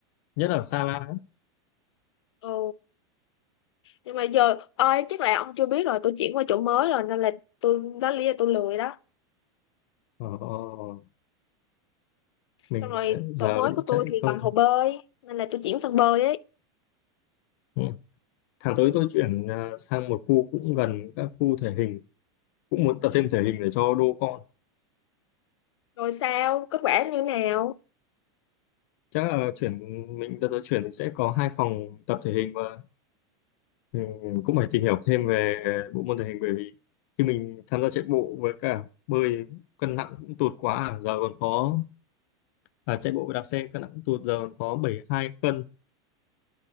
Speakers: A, on the left; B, on the left.
A: nhất là Sa La
B: ồ nhưng mà giờ ơi chắc là ông chưa biết rồi tôi chuyển qua chỗ mới rồi nên là tôi đó là lý do tôi lười đó
A: ờ, mình
B: xong rồi
A: giờ
B: chỗ mới
A: lại
B: của
A: chạy
B: tôi thì
A: không
B: gần hồ bơi nên là tôi chuyển sang bơi ấy
A: ừ. tháng tới tôi chuyển à, sang một khu cũng gần các khu thể hình cũng muốn tập thêm thể hình để cho đô con
B: rồi sao kết quả như nào
A: chắc là chuyển mình đợt tới chuyển mình sẽ có hai phòng tập thể hình và ừ, cũng phải tìm hiểu thêm về bộ môn thể hình bởi vì khi mình tham gia chạy bộ với cả bơi cân nặng cũng tụt quá à. giờ còn có à, chạy bộ và đạp xe cân nặng tuột giờ có bảy mươi hai cân